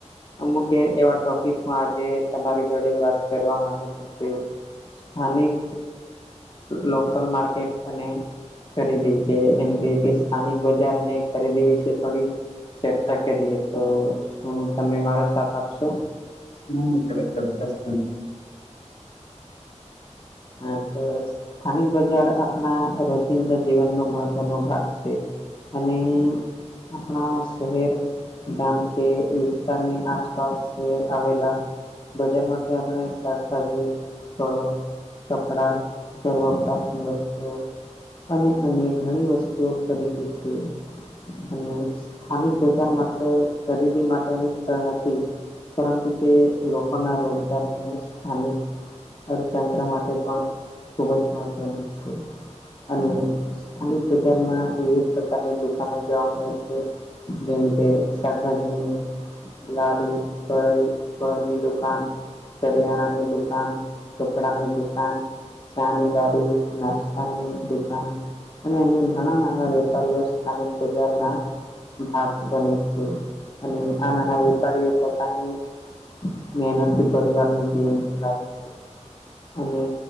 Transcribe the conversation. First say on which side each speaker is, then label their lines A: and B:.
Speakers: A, on the left; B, on the left.
A: અમુકે એવા ટોપિકમાં આજે તમારી જોડે વાત કરવા માંગુ છું કે સ્થાનિક લોકલ માર્કેટ અને ખરીદી કે એમ કેય કે સ્થાનિક બજાર અને ખરીદી વિશે થોડી ચર્ચા કરીએ તો શું તમે મારો સાથ આપશો.
B: હાં મિત્ર ચોક્કસ
A: હા તો સ્થાનિક બજાર આપણા રોચિંદા જીવનનો મહત્વનો ભાગ છે. અને આપણા શહેર ગામ કે વિસ્તારની આસપાસ આવેલા બજારમાંથી આપણે શાકભાજી, ફળો કપડા, ઘર વપરાશની વસ્તુઓ અને અન્ય ઘણી વસ્તુઓ ખરીદીએ છીએ. અને સ્થાનિક બજાર માત્ર ખરીદી માટેનું સ્થળ નથી. પરંતુ તે લોકોના રોજગારને સ્થાનિક અર્થતંત્ર માટે પણ ખુબ જ મહત્વનું છે. અને સ્થાનિક બજારમાં વિવિધ પ્રકારની દુકાનો જોવા મળે છે. જેવી કે શાકભાજીની લારી, કળી, ફળની દુકાન કરિયાણાની દુકાન, કપડાની દુકાન ચાની લારી, નાસ્તાની દુકાન અને અ ઘણા નાના વેપારીઓ સ્થાનિક બજારના ભાગ બને છે. અને આ નાના વેપારીઓ પોતાની મહેનતથી પરિવાર નું જીવન ચલાવે છે. અને